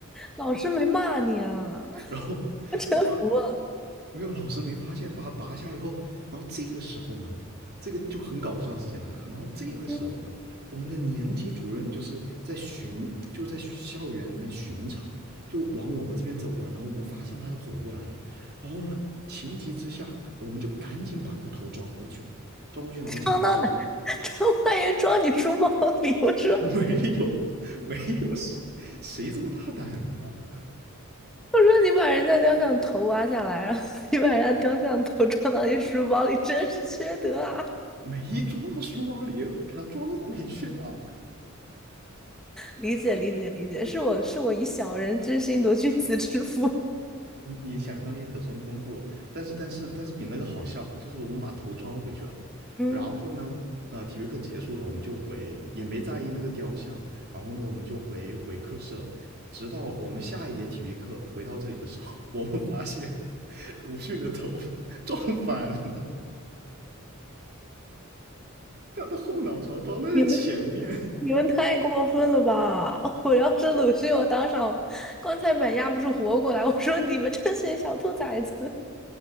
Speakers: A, in the centre; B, on the right.
A: 老师没骂你啊？
B: 然后我把
A: <laughs> 我真服了。
B: 没有老师没发现，把它拔下以后，然后这个时候呢，这个就很搞笑的事情来了。然后这个时候呢，
A: 你
B: 我们的年级主任就是在巡，就是在校园里面巡查，就往我们这边走过来。然后我们发现他要走过来了，然后呢，情急之下，我们就赶紧把那个头装回去了，装回去，然后假装上
A: 装到哪？<laughs> 装万元 <laughs> 装你书包里？我说
B: <laughs> 没有，没有谁谁这么大胆呢、
A: 我说你把人家雕像头挖下来，然后你把人家雕像头装到你书包里，真是缺德啊！
B: 没装到书包里，给他装回去了。
A: 理解理解理解，
B: 我
A: 是我是我以小人之心度君子之腹。
B: 你你想象力可真丰富哦但是但是但是比那个好笑，就是我们把头装回去了，
A: 嗯，
B: 然后呢，呃，体育课结束了，我们就回，也没在意那个雕像，然后呢，我们就回回课室了，直到我们下一节体育课回到这里的时候，<laughs> 我们发现鲁迅的头撞反了，他的后脑勺撞在了前面，
A: <laughs> 你们。你们太过分了吧！<laughs> 我要是鲁迅，我当场棺材板压不住活过来。<laughs> 我说你们这群小兔崽子！<laughs>